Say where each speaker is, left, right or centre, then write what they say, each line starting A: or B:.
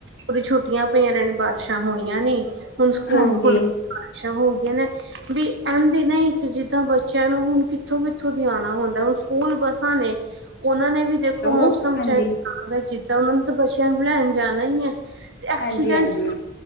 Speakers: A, on the right (about 65°); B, on the left (about 55°).
A: ਉਹਦੀ ਛੁੱਟੀਆਂ ਪਈਆਂ ਰਹਿਣ ਬਾਰਿਸ਼ਾਂ ਹੋਈਆਂ ਨੀ ਹੁਣ ਸਕੂਲ
B: ਹਾਂਜੀ
A: ਖੁੱਲ ਕੇ ਬਾਰਿਸ਼ਾਂ ਹੋ ਗਈਆਂ ਨੇ, ਵੀ ਇਨ ਦਿਨ ਚ ਜਿੱਦਾਂ ਬੱਚਿਆਂ ਨੂੰ ਹੁਣ ਕਿੱਥੋਂ, ਕਿੱਥੋਂ ਦੀ ਆਉਣਾ ਹੁੰਦਾ ਹੁ ਸਕੂਲ ਬੱਸਾਂ ਨੇ ਉਹਨਾਂ ਨੇ ਵੀ ਦੇਖੋ
B: ਹੈਲੋ
A: ਮੌਸਮ
B: ਹਾਂਜੀ।
A: ਚਾਹੇ ਖਰਾਬ ਹੈ ਜਿੱਦਾਂ ਉਹਨਾਂ ਨੂੰ ਤਾਂ ਬੱਚਿਆ ਨੂੰ ਪੜ੍ਹਾਣ ਜਾਣਾ ਈ ਐ। ਐਕਸੀਡੈਂਟ
B: ਹਾਂਜੀ ਹਾਂਜੀ।